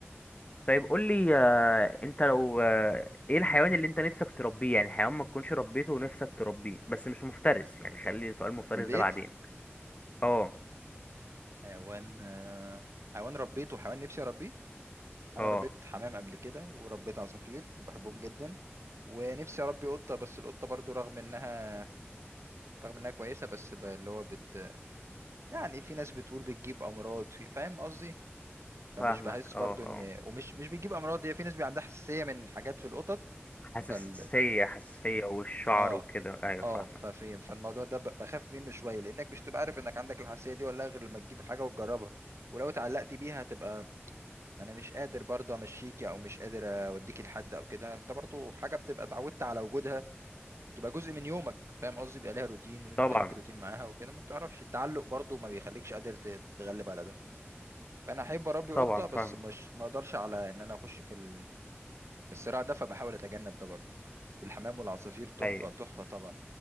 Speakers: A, on the left (about 30°); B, on the right (about 80°).
A: طيب قول لي آه، انت لو آه، ايه الحيوان اللي انت نفسك تربيه يعني حيوان ما تكونش ربيته ونفسك تربيه بس مش مفترس يعني خلي سؤال مفترس
B: البيت
A: ده بعدين اه
B: حيوان آه، حيوان ربيته وحيوان نفسي اربيه انا
A: اه
B: ربيت حمام قبل كده وربيت عصافير وبحبهم جدا ونفسي اربي قطة بس القطة برضو رغم انها رغم انها كويسة بس ب- اللي هو بت يعني في ناس بتقول بتجيب امراض في- فاهم قصدي فمش
A: فاهمك
B: بحس
A: اه
B: برضو ان
A: اه
B: ومش مش بتجيب امراض هي في ناس بيبقى عندها حساسيه من حاجات في القطط
A: حساسية
B: فال
A: حساسية والشعر
B: اه
A: وكده ايوه
B: اه
A: فاهمك
B: ففي فالموضوع ده ب- بخاف منه شويه لانك مش تبقى عارف انك عندك الحساسيه دي ولا لأ غير لما تجيب حاجه وتجربها ولو اتعلقت بيها هتبقى انا مش قادر برضه امشيكي او مش قادر اوديكي لحد او كده انت برضه حاجه بتبقى اتعودت على وجودها تبقى جزء من يومك فاهم قصدي بيبقى ليها روتين وانت
A: طبعا
B: ليك روتين معاها وكده ما بتعرفش التعلق برضه ما بيخليكش قادر ت- تتغلب على ده فانا احب اربي قطه
A: طبعا
B: بس
A: فاهمك
B: مش ما اقدرش على ان انا اخش في بالصراع ده فبحاول اتجنب ده برضه والحمام والعصافير تحفة
A: ايوه
B: تحفة طبعا